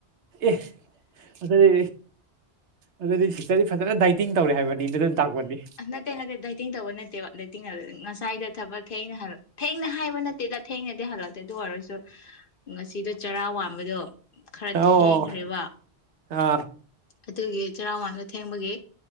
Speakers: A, on the right; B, on the left.
A: ꯑꯦ ꯑꯗꯨꯗꯤ ꯑꯗꯨꯗꯤ ꯁꯇꯔꯗꯤ ꯐꯖꯅ ꯗꯥꯏꯇꯤꯡ ꯇꯧꯔꯦ ꯍꯥꯏꯕꯅꯤꯅ ꯑꯗꯨꯝ ꯇꯥꯛꯄꯅꯤ
B: ꯅꯠꯇꯦ ꯅꯠꯇꯦ ꯗꯥꯏꯇꯤꯡ ꯇꯧꯕ ꯅꯠꯇꯦꯕ ꯉꯁꯥꯏꯗꯣ ꯊꯕꯛ ꯊꯦꯡꯅ ꯊꯦꯡꯅ ꯍꯥꯏꯕ ꯅꯠꯇ ꯅꯠꯇꯦꯗ ꯊꯦꯡꯅꯗꯤ ꯍꯜꯂꯛꯇꯦ ꯑꯗꯨ ꯑꯣꯏꯔꯁꯨ ꯉꯁꯤꯗꯣ ꯆꯔꯥ ꯋꯥꯟꯕꯗꯣ ꯈꯔ
A: ꯑꯣ
B: ꯊꯦꯡꯈ꯭ꯔꯦꯕ
A: ꯑ
B: ꯑꯗꯨꯒꯤ ꯆꯩꯔꯥ ꯋꯥꯟꯕ ꯊꯦꯡꯕꯒꯤ